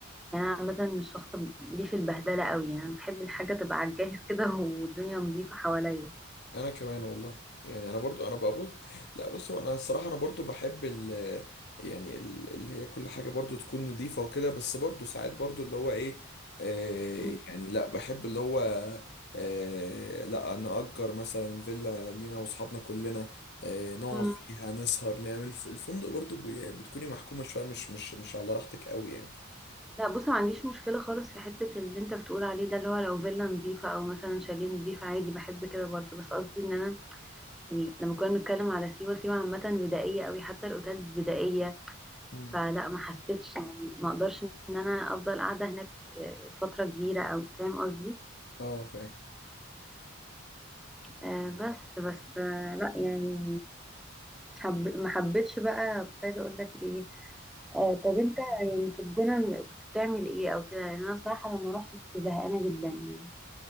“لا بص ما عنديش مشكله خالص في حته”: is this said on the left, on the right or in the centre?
Centre